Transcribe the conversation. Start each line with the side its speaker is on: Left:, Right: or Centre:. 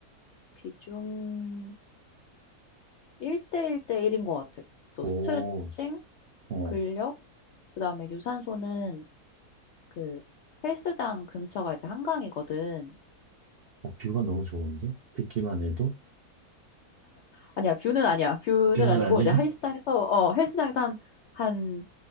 Left: 비중 1대1대1인 것 같아. 그래서
Right: 오,
Left: 스트레칭,
Right: 어,
Left: 근력, 그다음에 유산소는 그 헬스장 근처가 이제 한강이거든.
Right: 어, 뷰가 너무 좋은데? 듣기만 해도?
Left: 아니야, 뷰는 아니야. 뷰는
Right: 뷰는
Left: 아니고
Right: 아니야?
Left: 이제 헬스장에서 어, 헬스장에서 한, 한,